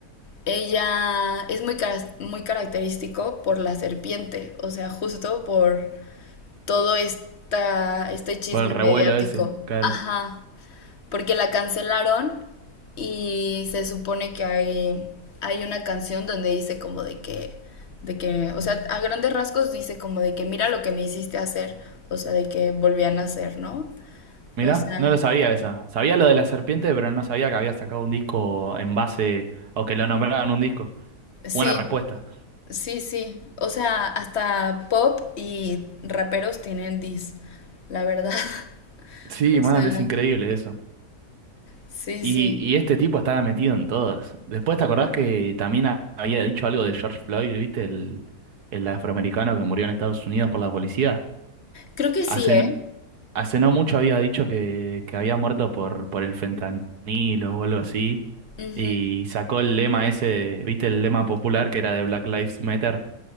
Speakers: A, on the left; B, on the right.
A: ella es muy, cara- muy característico por la serpiente, o sea, justo por todo esta, este chisme
B: Por el revuelo
A: mediático.
B: ese, claro.
A: Ajá porque la cancelaron y se supone que hay, hay una canción donde dice como de que, de que, o sea, a grandes rasgos dice como de que mira lo que me hiciste hacer, o sea, de que volvían a hacer, ¿no?
B: Mira,
A: O sea,
B: no lo sabía esa. Sabía lo de la serpiente, pero no sabía que había sacado un disco en base o que lo nombraban un disco.
A: sí,
B: Buena respuesta.
A: sí, sí, o sea, hasta pop y raperos tienen dis, la verdad, <laughs>
B: Sí,
A: o
B: mal,
A: sea,
B: es increíble eso.
A: sí,
B: Y,
A: sí,
B: y este tipo estaba metido en todas. Después, ¿te acordás que también ha- había dicho algo de George Floyd, viste? El, el afroamericano que murió en Estados Unidos por la policía.
A: creo que sí,
B: Hace,
A: ¿eh?
B: Hace no mucho había dicho que, que había muerto por, por el fentanilo o algo así.
A: Ujú,
B: Y sacó el lema ese, de- viste el lema popular que era de Black Lives Matter,